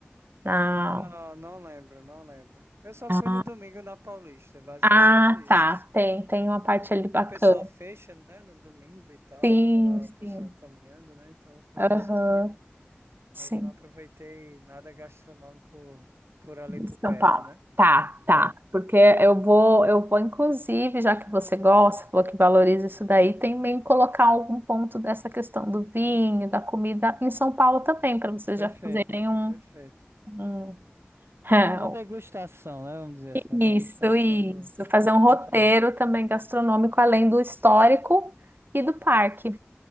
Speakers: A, on the right; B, on the right.
A: na,
B: Não, não lembro, não lembro. Eu só
A: Ah,
B: fui no domingo na Paulista, é basicamente
A: ah,
B: isso.
A: tá. Tem, tem uma parte ali bacana.
B: E o pessoal fecha, né, no domingo e tal,
A: Sim,
B: fica lá
A: sim.
B: o pessoal caminhando, né? Então eu fui
A: Aham.
B: nesse dia,
A: Sim.
B: mas não aproveitei nada gastronômico por ali
A: De
B: por perto,
A: São Paulo.
B: né?
A: Tá, tá.
B: É,
A: Porque eu vou, eu vou, inclusive, já que você gosta, falou que valoriza isso daí, também colocar algum ponto dessa questão do vinho, da comida em São Paulo também, para vocês
B: perfeito,
A: já fazerem um,
B: perfeito.
A: um- <laughs>
B: Uma degustação, né? Vamos dizer assim, uma
A: Isso,
B: degustação
A: isso.
B: do.
A: Fazer um
B: Perfeito.
A: roteiro também gastronômico, além do histórico e do parque